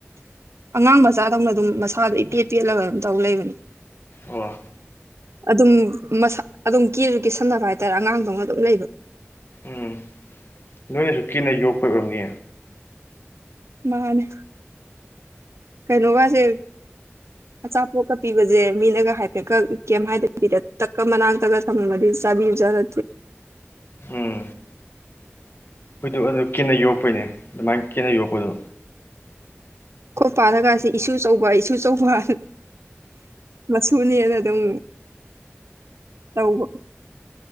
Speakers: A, on the right; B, on the left.
A: ꯑꯉꯥꯡ ꯃꯆꯥꯗꯧꯅ ꯑꯗꯨꯝ ꯃꯁꯥꯗ ꯏꯄꯦꯠ ꯄꯦꯠꯂꯒ ꯑꯗꯨꯝ ꯇꯧ ꯂꯩꯕꯅꯦ
B: ꯑꯣ
A: ꯑꯗꯨꯝꯁ ꯑꯗꯨꯝ ꯀꯦꯖꯀꯤ ꯁꯟꯅꯅꯕ ꯍꯥꯏꯇꯥꯔꯦ ꯑꯉꯥꯡꯗꯧꯅ ꯑꯗꯨꯝ ꯂꯩꯕ
B: ꯎꯝ ꯅꯣꯏꯅꯁꯨ ꯀꯤꯅ ꯌꯣꯛꯄ ꯑꯣꯏꯝꯅꯤ
A: ꯃꯥꯅꯦ ꯀꯩꯅꯔꯒꯁꯦ ꯑꯆꯥꯄꯣꯠꯀ ꯄꯤꯕꯁꯦ ꯃꯤꯅꯒ ꯍꯥꯏꯐꯦꯠꯀ ꯀꯩꯝ ꯍꯥꯏꯗ ꯄꯤꯗ ꯇꯛꯀ ꯃꯅꯥꯛꯛꯇꯛꯀ ꯊꯝꯃꯒꯗꯤ ꯇꯥꯕꯤ ꯏꯖꯥꯖ
B: ꯎꯝ ꯍꯣꯏꯗ ꯑꯗꯨ ꯀꯦꯟꯅ ꯌꯣꯛꯄꯩꯅꯦ ꯑꯗꯨꯃꯥꯏꯅ ꯀꯦꯟꯅ ꯌꯣꯛꯄꯗꯨꯣ
A: ꯈꯣꯏ ꯄꯥꯜꯂꯒꯁꯤꯦ ꯏꯁꯨꯆꯧꯕ ꯏꯁꯨ ꯑꯧꯕ ꯃꯁꯨꯅꯦꯅ ꯑꯗꯨꯝ ꯇꯧꯕ